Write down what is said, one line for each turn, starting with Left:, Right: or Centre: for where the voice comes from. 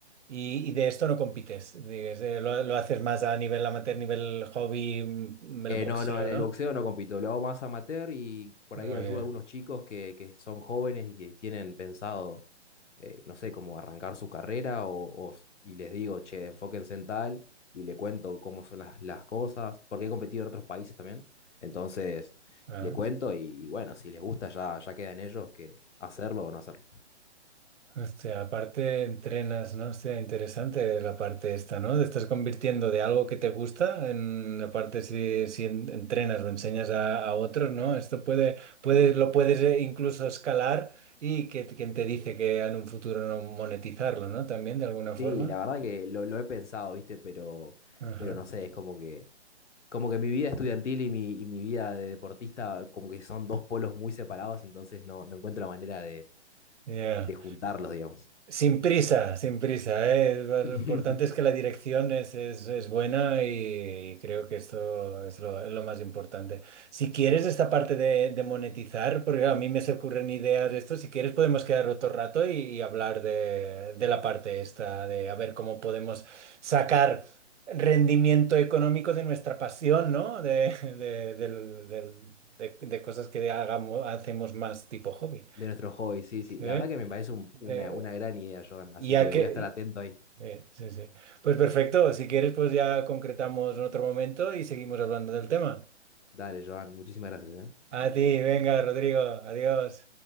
Right: Y, y de esto no compites, digas, eh, lo, lo haces más a nivel amateur, nivel hobby, mm, el
Left: Eh,
Right: boxeo,
Left: no, no, en
Right: ¿no?
Left: el boxeo no compito, lo hago más amateur y por
Right: Muy
Left: ahí ayudo
Right: bien.
Left: a algunos chicos que, que son jóvenes y que tienen pensado eh, no sé, como arrancar su carrera o, o- y les digo, che, enfóquense en tal y le cuento cómo son las, las cosas, porque he competido en otros países también. Entonces,
Right: Ah.
Left: le cuento y bueno, si les gusta ya, ya queda en ellos que hacerlo o no hacerlo.
Right: Hostia, aparte entrenas, ¿no? Hostia, interesante la parte esta, ¿no? Te estás convirtiendo de algo que te gusta en la parte si, si en- entrenas o enseñas a, a otros, ¿no? Esto puede, puede, lo puedes eh, incluso escalar y que quien te dice que en un futuro no monetizarlo, ¿no? También de alguna forma.
Left: Sí, la verdad que lo, lo he pensado, ¿viste? Pero,
Right: Ajá.
Left: pero no sé, es como que, como que mi vida estudiantil y mi, y mi vida de deportista como que son dos polos muy separados, entonces no, no encuentro la manera de,
Right: Ya.
Left: de juntarlos, digamos.
Right: Sin prisa, sin prisa, ¿eh? Lo
Left: <laughs>
Right: importante es que la dirección es, es- es buena y, creo que esto es lo, es lo más importante. Si quieres esta parte de, de monetizar, porque claro, a mí me se ocurren ideas de esto, si quieres podemos quedar otro rato y, y hablar de, de la parte esta, de a ver cómo podemos sacar rendimiento económico de nuestra pasión, ¿no? De, de, del- del- de- de cosas que hagamos, hacemos más tipo hobby.
Left: De nuestro hobby, sí, sí.
Right: ¿sí?
Left: La verdad que me parece un-
Right: De-
Left: una, una gran idea, Joan. Así
Right: ya
Left: que
Right: que
Left: voy a estar atento ahí.
Right: Sí, sí, sí. Pues perfecto, si quieres, pues ya concretamos en otro momento y seguimos hablando del tema.
Left: Dale, Joan. Muchísimas gracias, ¿eh?
Right: A ti, venga, Rodrigo, adiós.